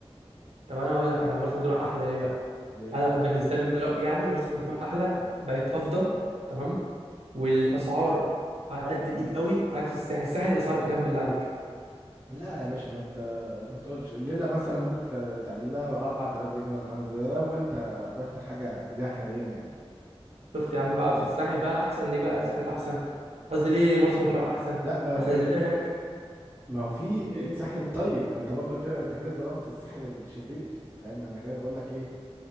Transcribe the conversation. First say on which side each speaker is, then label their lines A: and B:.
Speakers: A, on the right; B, on the right.
A: طب أنا أقول لك أنا مرسى مطروح أحلى ليه بقى
B: ليه
A: أنا بالنسبة لي من رأيي يعني مرسى مطروح أحلى بقت أفضل تمام والاسعار على قد الايد قوي عكس الساحل الساحل الاسعار بكام بالله عليك
B: لا يا باشا ما ت... ما تقولش الليله مثلا ممكن ت- تعمل لها 4000 جنيه ولا 5 ده لو انت رحت لحاجه ايديها حنينه يعني
A: شفت يا عم بقى في الساحل بقى احسن ليه بقى الساحل احسن قصدي ليه مرسى مطروح احسن
B: لا ما
A: عشان
B: ما
A: اللي هناك
B: ما هو في
A: <laughs> ايه
B: الساحل الطيب ما انت برضو كده انت كده ظلمت الساحل الشرير فاهم انا كده بقول لك ايه